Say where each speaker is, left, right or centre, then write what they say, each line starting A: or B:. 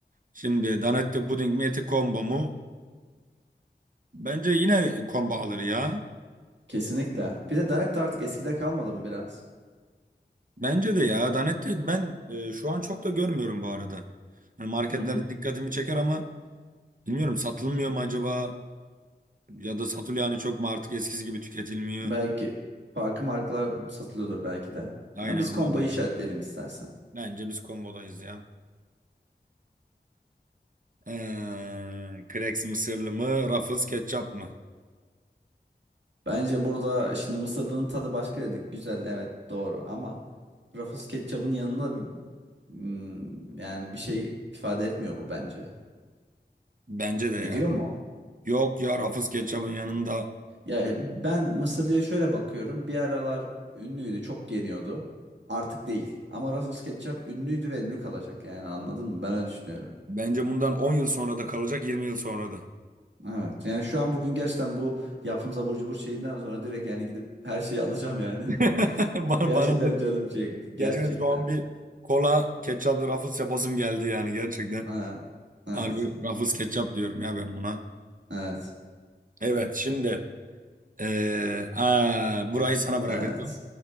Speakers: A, on the right; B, on the right.
A: Şimdi Danette puding mi eti combo mu? Bence yine combo alır ya.
B: Kesinlikle. Bir de Danette artık eskide kalmadı mı biraz?
A: Bence de ya. Danette ben e, şu an çok da görmüyorum bu arada. Hani marketlerde
B: Hı hı.
A: dikkatimi çeker ama bilmiyorum satılmıyor mu acaba? Ya da satılıyor hani çok mu artık eskisi gibi tüketilmiyor?
B: Belki farklı markalar satılıyordur belki de.
A: Aynen
B: Ama biz
A: olabilir.
B: komboyu işaretleyelim istersen.
A: Bence biz kombodayız ya. Ee, Crex'in mısırlı mı? Ruffles ketçap mı?
B: Bence burada şimdi mısırlının tadı başka dedik. Güzel evet doğru ama Ruffles ketçabın yanında bir- hmm, yani bir şey ifade etmiyor bu bence.
A: Bence de ya.
B: Ediyor mu?
A: Yok ya Ruffles ketçabın yanında.
B: Ya e, ben Mısırlı'ya şöyle bakıyorum. Bir aralar ünlüydü, çok yeniyordu. Artık değil. Ama Russell Ketchup ünlüydü ve ünlü kalacak yani anladın mı? Ben öyle düşünüyorum.
A: Bence bundan 10 yıl sonra da kalacak 20 yıl sonra da.
B: Evet. Yani şu an bugün gerçekten bu yaptığımız abur cubur şeyinden sonra direkt yani gidip her şeyi alacağım yani.
A: <laughs>
B: <laughs>
A: Bana,
B: Gerçekten
A: bana da
B: canım çekti. Gerçekten.
A: gerçekten şu an bir kola ketçaplı Ruffles yapasım geldi yani gerçekten.
B: Evet. Evet.
A: Harbi Ruffles ketçap diyorum ya ben buna.
B: Evet.
A: Evet şimdi Ee, aa, burayı sana bırakacağım.
B: Evet.